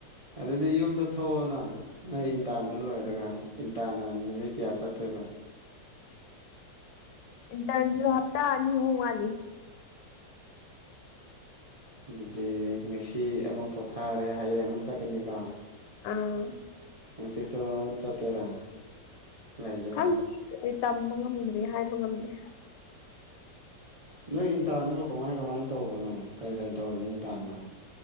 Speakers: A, on the right; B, on the left.
A: ꯑꯗꯨꯗꯤ ꯌꯨꯝꯗ ꯊꯣꯛꯑꯣꯅ ꯅꯣꯏ ꯏꯟꯇ꯭ꯔꯟꯗꯣ ꯂꯣꯏꯔꯒ ꯏꯟꯇ꯭ꯥꯔꯟꯅ ꯅꯨꯃꯤꯠ ꯀꯌꯥ ꯆꯠꯇꯣꯏ ꯕ
B: ꯏꯟꯇ꯭ꯔꯟꯖꯨ ꯍꯥꯞꯇꯥ ꯑꯅꯤ ꯑꯍꯨꯝ ꯋꯥꯠꯂꯤ
A: ꯑꯗꯨꯗꯤ ꯉꯁꯤ ꯑꯃꯨꯛ ꯄꯣꯊꯥꯔꯦ ꯍꯌꯦꯡ ꯑꯃꯨꯛ ꯆꯠꯀꯅꯤꯀꯣ
B: ꯑꯥ
A: ꯍꯥꯡꯆꯤꯠꯇꯣ ꯆꯠꯇꯣꯏꯔ ꯂꯩꯗꯣꯏꯔꯥ
B: ꯈꯪꯗ꯭ꯔꯤ ꯇꯝꯕ ꯉꯝꯗ꯭ꯔꯤ ꯍꯥꯏꯕ ꯉꯝꯗꯦ
A: ꯅꯣꯏ ꯏꯟꯇꯥ꯭ꯔꯟꯕꯨ ꯀꯃꯥꯏ ꯀꯃꯥꯏꯅ ꯇꯧꯕꯅꯣ ꯀꯩ ꯀꯩ ꯇꯧꯔꯤꯅꯤ ꯗꯥꯟꯅ